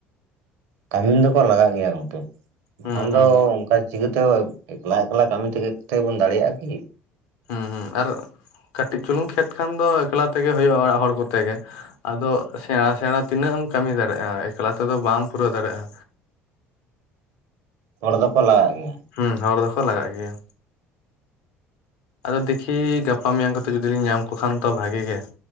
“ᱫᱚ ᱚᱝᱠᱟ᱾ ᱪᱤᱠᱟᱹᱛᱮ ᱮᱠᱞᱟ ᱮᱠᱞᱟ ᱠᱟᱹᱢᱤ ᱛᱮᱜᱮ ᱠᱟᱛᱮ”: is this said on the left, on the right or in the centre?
Right